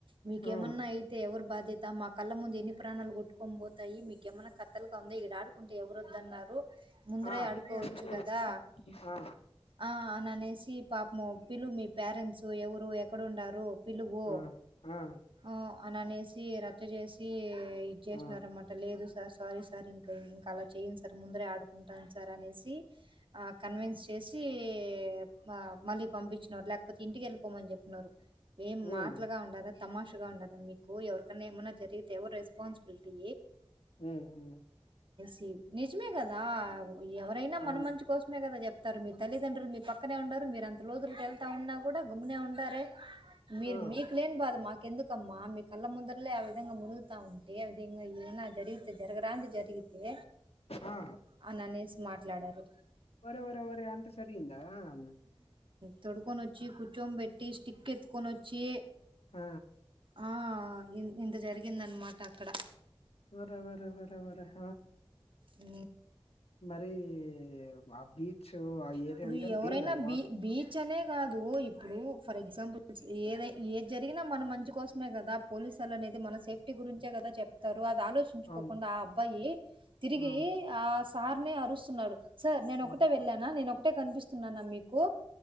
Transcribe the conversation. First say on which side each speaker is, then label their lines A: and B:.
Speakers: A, on the right; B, on the left.
A: మీకేమన్నా
B: ఆ!
A: అయితే ఎవర్ బాద్ ధ్యత మా కళ్ళ ముందు ఎన్ని ప్రాణాలు కొట్టుకొని పోతాయి మీకేమన్నా కథల్ తోంది ఈడ ఆడుకుంటే ఎవరు వద్దన్నారు, ముందరే
B: ఆ!
A: ఆడుకోవచ్చు
B: అదే అనుకోవచ్చు.
A: కదా
B: ఆ!
A: ఆ అని అనేసి. పాపము పిలు మీ పేరెంట్స్ ఎవరు ఎక్కడుండారు పిలువో
B: ఆ! ఆ!
A: ఆ అననేసి రచ్చ చేసి ఇద్ చేస్నార
B: ఆ!
A: అన్నమాట లేదు సా సారీ సార్ ఇంకా ఇంకా అలా చేయ్యను సార్ ముందరే ఆడుకుంటాను సార్ అనేసి ఆ కన్విన్స్ చేస్ <unintelligible> ఆ మళ్ళీ పంపించ్నార్ లేక్ ఇంటికి వెళ్ళపోమని చెప్పినన్నారు ఏం
B: హ్మ్.
A: మాట్లాగా ఉండదా తమాషగా ఉండదా మీకు ఎవరికైనా ఏమన్నా జరిగితే ఎవరు రెస్పాన్సిబిలిటీ
B: హ్మ్ హు
A: హ్మ్ నిజమే కదా ఎవరైనా
B: అవును.
A: మన మంచి కోసమే కదా చెప్ తారు మీ తల్లిదండ్రులు మీ పక్కనే ఉండరు మీరు అంత లోజూర్ కేల్ అంట ఉన్నా కూడా గుమ్నే ఉండరే మీర్
B: ఆ!
A: మీక్లేని బాధ మాక్ ఎందుకమ్మా మీ కళ్ళ ముందరలే ఆ విధంగా మునుగుతా ఉంటే ఆ విధంగా ఏనా జరిగితే జరగరాంది జరిగితే
B: ఆ
A: అని అనేసి మాట్లాడారు
B: వరే వరే వరే అంత జరిగిందా ఆ అన్
A: తొడుక్కోని వచ్చి కూర్చో బెట్టి స్టిక్ ఎత్కొని వచ్చి
B: ఆ
A: ఆ, ఇంత జరిగింది అనమాట అక్కడ
B: వరవర వరవర హ
A: ఉ
B: మరీ ఆ బీచ్ ఆ ఏరియా
A: ఇప్పుడు
B: అంటే
A: ఎవరైనా
B: డేంజర్ వాటర్
A: బీ బీచ్ అనే కాదు ఇప్పుడు ఫర్ ఎగ్జాంపుల్ ఏద ఏ జరిగినా మన మంచి కోసమే కదా పోలీసు వాల అనేది మన సేఫ్టీ గురించే కదా చెప్ తరువాత ఆలోచించుకోకుండా
B: అవును.
A: ఆ అబ్బాయి తిరిగి
B: ఆ!
A: ఆ సార్నే అరుస్తున్నాడు సార్ నేను
B: ఆ!
A: ఒకటే వెళ్ళానా నేను ఒక అట్టే కనిపిస్తున్నానా మీకు